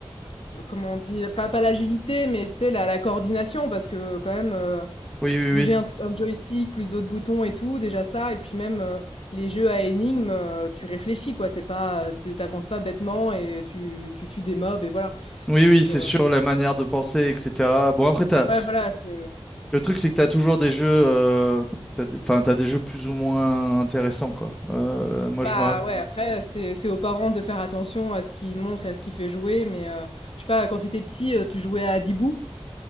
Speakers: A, on the left (about 75°); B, in the centre.
A: Comment on dit? Pas pas l'agilité, mais tu sais, la la coordination parce que quand même, heu,
B: Oui, oui,
A: bouger
B: oui.
A: un Oui. un joystick, plus d'autres boutons et tout, déjà ça et puis même, heu, les jeux à énigmes, heu, tu réfléchis quoi, c'est pas, heu, tu tu pas bêtement et tu tu tues des mobs et voilà.
B: Oui,
A: Donc,
B: oui, c'est
A: heu,
B: sûr, la manière de penser, etc. Bon, après, t'as,
A: ouais, voilà, c'est,
B: le truc, c'est que t'as toujours des jeux, euh, t'as des- enfin, t'as des jeux plus ou moins intéressants, quoi. Euh, moi, je
A: bah,
B: me rappelle.
A: ouais, après c'est c'est aux parents de faire attention à ce qu'ils montrent et à ce qu'ils fait jouer mais, heu, je sais pas, quand t'étais petit, heu, tu jouais à dibou